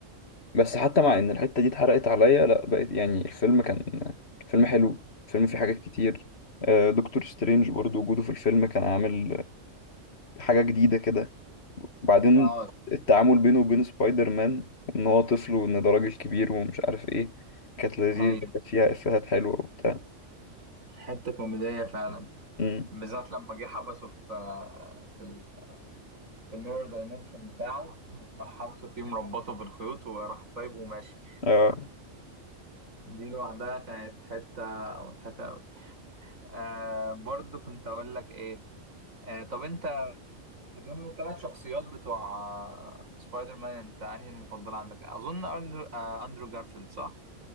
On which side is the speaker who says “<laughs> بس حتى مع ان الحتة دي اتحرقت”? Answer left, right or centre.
Left